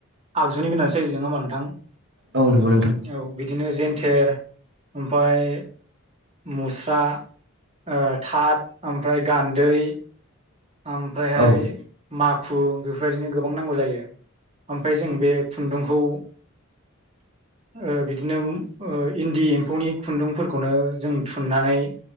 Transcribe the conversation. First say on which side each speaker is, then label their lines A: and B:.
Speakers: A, on the right; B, on the right.
A: आगजुनि गोनांथि जायो नोङा होमबा नोंथां
B: औ नंगौ नोंथां
A: औ बिदिनो जेन थेर ओमफाय मुस्रा। ओ थाथ ओमफ्राय गान्दै। ओमफ्रायहाय
B: औ
A: माखु बेफोरबायदिनो गोबां नांगौ जायो। ओमफाय जों बे खुन्दुंखौ ओ बिदिनो उम ओ इन्दि एम्फौनि खुन्दुंफोरखौनो जों थुननानै।